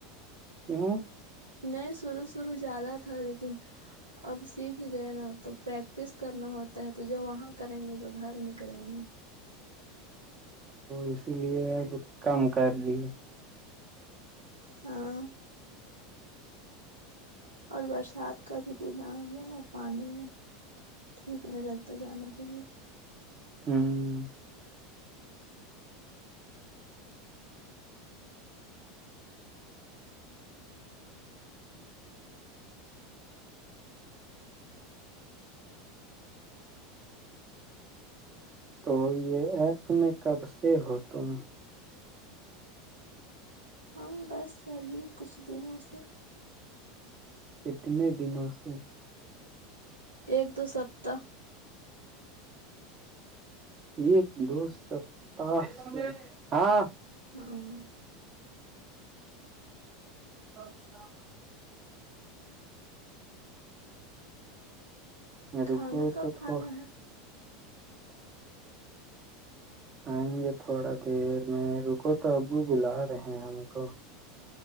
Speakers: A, on the right (about 30°); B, on the right (about 80°).
A: کیوں
B: نہیں شروع شروع زیادہ تھا لیکن اب سیکھ گئے نا تو پریک پریکٹس کرنا ہوتا ہے تو جو وہاں کریں گے تو گھر میں کریں گے
A: اسی لیے اب کم کر دیے
B: ہاں اور برسات کا بھی دن آ گیا نا پانی میں ٹھیک نہیں لگتا جانے کے لیے
A: ہوں تو یہ ایپ میں کب سے ہو تم
B: ہم بس ابھی کچھ دنوں سے
A: کٹ دن سے
B: ایک دو سپتہ
A: ایک دو سو پتااس ہاں
B: <inaudible>
A: <inaudible> مڈ
B: کھانا
A: کو
B: کب
A: تو
B: کھانا
A: تو
B: ہے
A: آئیں گے تھوڑا دیر میں رکو تو ابو بلا رہے ہیں ہم کو